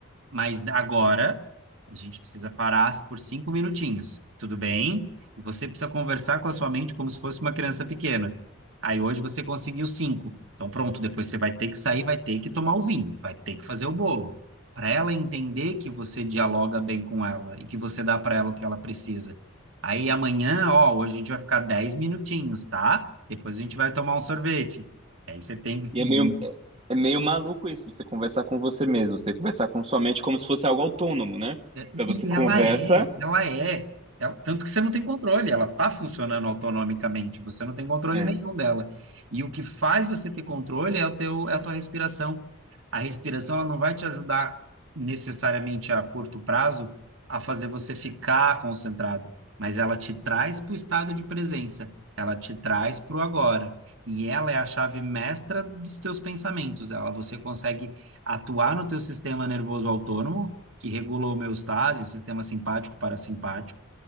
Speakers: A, on the right (about 65°); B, on the right (about 30°).
A: mas agora a gente precisa parar por cinco minutinhos. Tudo bem? Você precisa conversar com a sua mente como se fosse uma criança pequena. Aí hoje você conseguiu cinco. Então pronto, depois você vai ter que sair, vai ter que tomar o vinho, vai ter que fazer o bolo. Para ela entender que você dialoga bem com ela e que você dá para ela o que ela precisa. Aí amanhã, ó, hoje a gente vai ficar dez minutinhos, tá? Depois a gente vai tomar um sorvete. Aí você tem que
B: E
A: ir
B: é meio, é é meio maluco isso, você conversar com você mesmo, você conversar com sua mente como se fosse algo autônomo, né?
A: É,
B: Então você
A: E
B: conversa,
A: ela é, ela é. Ela- tanto que você não tem controle, ela está funcionando autonomicamente, você não tem controle
B: é,
A: nenhum dela. E o que faz você ter controle é o teu, é a tua respiração. A respiração, ela não vai te ajudar necessariamente a curto prazo a fazer você ficar concentrado, mas ela te traz para o estado de presença, ela te traz para o agora. E ela é a chave mestra dos teus pensamentos. Ela, você consegue atuar no teu sistema nervoso autônomo que regula a homeostase, sistema simpático parasimpático,